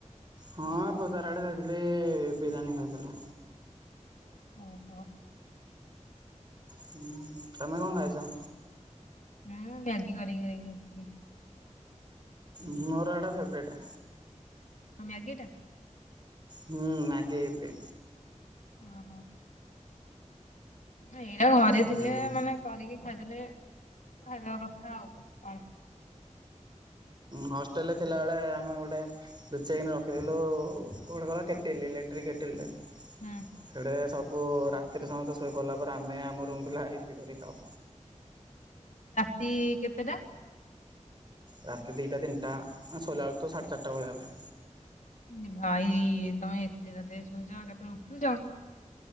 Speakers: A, on the right; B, on the left.
A: ହଁ ବଜାର ଆଡ଼େ ଯାଇଥିଲି ବିରିୟାନୀ ଖାଇଥିଲୁ।
B: ଓହୋ।
A: ହୁଁ ତମେ କଣ ଖାଇଚ।
B: ହୁଁ ମେଗି କରିକି ଖାଇକିଆସିଥିଲି।
A: ମୋର ଏଟା ଫେବରଟ।
B: ହଁ ମ୍ୟାଗି ଟା।
A: ହୁଁ ନାଗେ ଇପି।
B: ଅଁ ହୋ। ଏଇଟା ଘରେ ଥିଲେ
A: ହୁଁ
B: ମାନେ କରିକି ଖାଇଦେଲେ। ଖାଇବା କଥା ଆଉ କିଛି କଣ?
A: ହଷ୍ଟେଲ ରେ ଥିଲାବେଳେ ଆମେ ଗୋଟେ ଲୁଚେଇକିନି ରଖିଥିଲୁ କଣ କହିଲ କେଟିଲି। ଲେ ଟିରିଇ କେଟିଲି ଟେ
B: ହୁଁ
A: ହେଡା ସବୁ ବୁ ରାତିରେ ସମତେ ଶୋଇପଡ଼ିଲା ପରେ। ଆମେ ଆମ ରୁମ୍ ପିଲା ଇପି କରି ଖାଉ।
B: ପି କେତେଟା।
A: ରାତି ଦୁଇଟା ତିନିଟା ଆମେ ସୋଇଲାବେଳେ ତ ସାଢ଼େ ଚାରିଟା ଭଳିଆ ହେବେ।
B: ଏ ଭାଇ ତମେ ଏତେ ରାତିରେ ଶୋଉଚ କେତେବେଳେ ଉଠୁଚ।